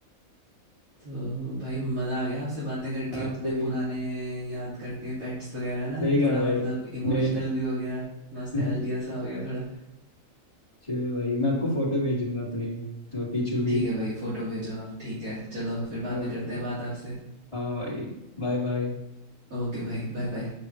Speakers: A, on the right (about 75°); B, on the left (about 25°).
A: तो भाई मज़ा आ गया आपसे बातें करके
B: आपसे
A: अपने
B: भी
A: पुराने याद करके पेट्स वगैरह ना
B: सही कहा
A: थोड़ा
B: भाई
A: मतलब इमोशनल
B: मेरे
A: भी हो गया नॉस्टैल्जिया
B: को <laughs>
A: सा हो गया थोड़ा
B: चलो भाई मैं आपको फोटो भेजूंगा अपने वो पीछू की
A: ठीक है भाई फ़ोटो भेजो आप ठीक है चलो फिर बाद
B: ओके
A: में करते हैं बात आपसे
B: हाँ भाई बाय बाय
A: ओके भाई बाय बाय